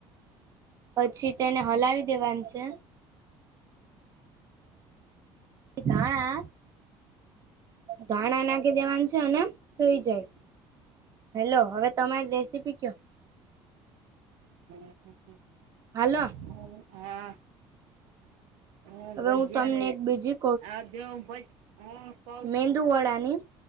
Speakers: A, on the right; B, on the right.
A: પછી તેને હલાવી દેવાન છે. <unintelligible> ધાણા ધાણા નાખી દેવાનું છે. અને થઈ જાય. હેલો. હવે તમારી રેસીપી કયો.
B: હમ્મ-હમ્મ-હમ્મ,
A: હાલો
B: ઓહ! હા. હું
A: હવે
B: ભજિયાને
A: તમને એક બીજી
B: આજ જો હું ભજ હું કઉ
A: મેંદુવડા
B: છું.
A: ની.